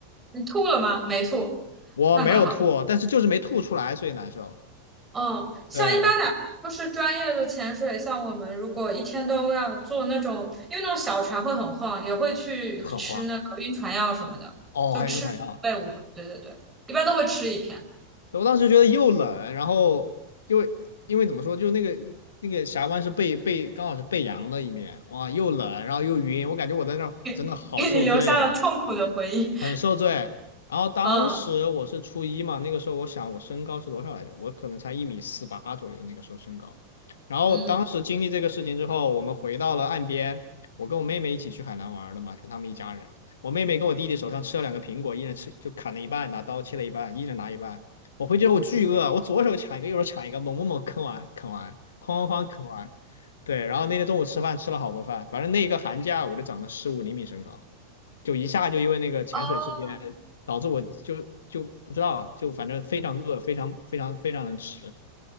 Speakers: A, on the right (about 15°); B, on the left (about 65°).
A: 你吐了吗？没吐，
B: 我没有吐，
A: 那还好。
B: 但是就是没吐出来，所以难受，
A: 嗯，像一般哪怕就是专业的潜水，
B: 对，然后
A: 像我们如果一天都要做那种，因为那种小船会很晃，也会去吃那个晕船药什么的，
B: 很慌，哦，
A: 就吃贝无。
B: 还有晕船药，哦，
A: 对对对，一般都会吃一片，
B: 我当时觉得又冷，然后因为因为怎么说，就那个那个峡湾是背背刚好是背阳的一面，哇，又冷，然后又晕，我感觉我在那儿真的好受罪啊。
A: <laughs> 给你留下了痛苦的回忆。
B: 很受罪。然后当时我是初一嘛，
A: 嗯
B: 那个时候我想我身高是多少来着？我可能才一米四八左右，那个时候身高。然后当时经历这个事情之后，
A: 嗯。
B: 我们回到了岸边，我跟我妹妹一起去海南玩的嘛，跟他们一家人。我妹妹跟我弟弟手上吃了两个苹果，一人吃就砍了一半，拿刀切了一半，一人拿一半。我回去之后我巨饿，我左手抢一个，右手抢一个，猛猛猛啃完啃完，哐哐哐啃完，对，然后那天中午吃饭吃了好多饭，反正那一个寒假我就长了十五厘米身高，就一下就因为那个潜水事件导致我就就不知道，
A: 哦，
B: 就反正非常饿，非常非常非常能吃，